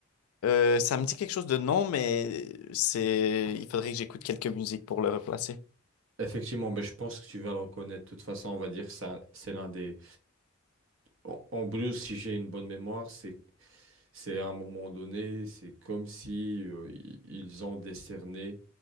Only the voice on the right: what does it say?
Effectivement, mais je pense que tu vas le reconnaître. De toute façon, on va dire ça, c'est l'un des. En, en blues, si j'ai une bonne mémoire, c'est C'est à un moment donné, c'est comme si euh, i- ils ont décerné